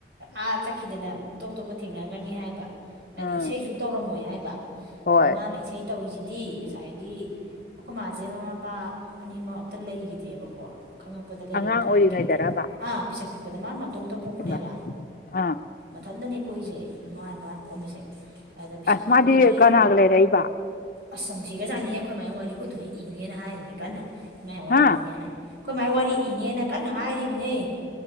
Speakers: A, on the right; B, on the left.
A: ꯑꯥ ꯆꯠꯈꯤꯗꯅ ꯑꯇꯣꯞ ꯑꯇꯣꯞꯄ ꯊꯦꯡꯅꯒꯅꯤ ꯍꯥꯏꯕ ꯍꯥꯏꯗꯤ
B: ꯎꯝ
A: ꯏꯁꯩꯁꯨ ꯇꯧꯔꯝꯃꯣꯏ ꯍꯥꯏꯕ
B: ꯍꯣꯏ
A: ꯑꯗ ꯃꯥꯅ ꯏꯁꯩ ꯇꯧꯔꯤꯁꯤꯗꯤ ꯉꯁꯥꯏꯒꯤ ꯑꯩꯈꯣꯏ ꯃꯥ ꯃꯃꯥ ꯃꯄꯥ ꯑꯅꯤꯃꯛ ꯑꯝꯇ ꯂꯩꯈꯤꯗ꯭ꯔꯦꯕꯀꯣ ꯈꯪꯉꯛꯄꯗ ꯂꯩꯔꯝꯗ꯭ꯔꯦ
B: ꯑꯉꯥꯡ ꯑꯣꯏꯔꯤꯉꯩꯗꯔꯕ
A: ꯑꯩ ꯒꯤꯌꯥꯟꯗ ꯑꯥ ꯄꯤꯁꯛ ꯄꯤꯛꯄꯗ ꯃꯥ ꯃꯇꯣꯝꯇ ꯄꯣꯛꯄꯅꯦꯕ
B: ꯏꯃꯥ ꯑꯥ
A: ꯃꯊꯟꯇꯅꯦ ꯄꯣꯛꯏꯁꯦ ꯏꯃꯥ ꯏꯄꯥ ꯄꯣꯛꯑꯝꯃꯤꯁꯦ ꯑꯗ ꯄꯤꯁꯛ
B: ꯑꯥꯏ
A: ꯄꯤꯛꯄꯗꯒꯤ
B: ꯃꯥꯗꯤ ꯀꯅꯥꯒ ꯂꯩꯔꯛꯏꯕ
A: ꯑꯁ ꯌꯥꯝ ꯅꯨꯡꯁꯤꯒꯔꯥꯖꯥꯠꯅꯤꯌꯦ ꯑꯩꯈꯣꯏ ꯃꯥꯏ ꯋꯥꯔꯤ ꯑꯩꯈꯣꯏꯊꯣꯏ ꯑꯩꯅ ꯍꯥꯏꯔꯤꯅꯤ ꯀꯟꯅ ꯃꯥꯏ ꯋꯥꯔꯤ
B: ꯍꯥ
A: ꯏꯅꯦꯅ ꯑꯩꯈꯣꯏ ꯃꯥꯏ ꯋꯥꯔꯤ ꯏꯅꯦꯅ ꯀꯟꯅ ꯍꯥꯏꯔꯤꯕꯅꯦ